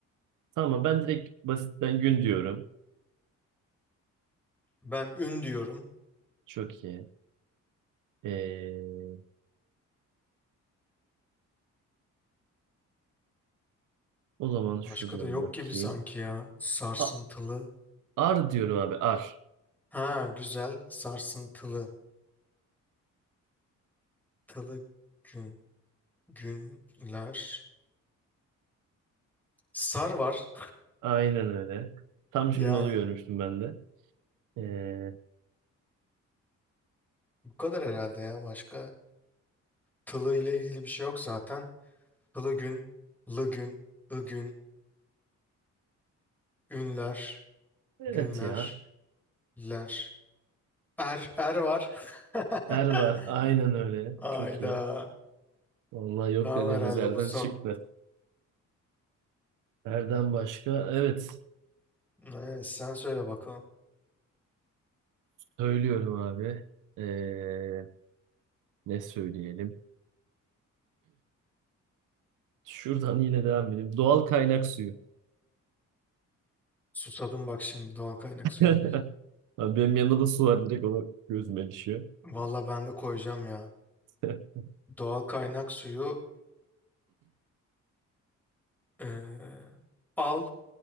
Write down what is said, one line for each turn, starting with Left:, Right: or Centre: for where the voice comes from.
Right: Tamam ben direkt basitten gün diyorum.
Centre: Ben ün diyorum.
Right: Çok iyi. Ee, o zaman
Centre: Başka
Right: şuradan
Centre: da yok
Right: bakayım.
Centre: gibi sanki ya. Sarsıntılı.
Right: A- ar diyorum abi ar.
Centre: Ha güzel. Sarsıntılı. Tılı gün. Günler. Sar var.
Right: Aynen öyle. Tam
Centre: Yani
Right: şimdi onu görmüştüm ben de. Ee,
Centre: bu kadar herhalde ya. Başka Tılığı ile ilgili bir şey yok zaten. Tılı gün, lı gün, ı gün, ünler,
Right: evet
Centre: günler,
Right: ya.
Centre: ler. Er, er var. <laughs>
Right: Er var. Aynen öyle.
Centre: Ayda.
Right: Çok iyi. Vallahi yok
Centre: Tamam
Right: dediğimiz
Centre: herhalde
Right: yerden
Centre: bu son.
Right: çıktı. Erden başka. Evet.
Centre: Evet, sen söyle bakalım.
Right: Söylüyorum abi. Ee, ne söyleyelim? Şuradan yine devam edelim. Doğal kaynak suyu.
Centre: Susadım bak şimdi doğal kaynak
Right: <laughs>
Centre: suyu deyince.
Right: Abi benim yanımda da su var. Direkt ona gözüme düşüyor.
Centre: Valla ben de koyacağım ya.
Right: <laughs>
Centre: Doğal kaynak suyu eee, al.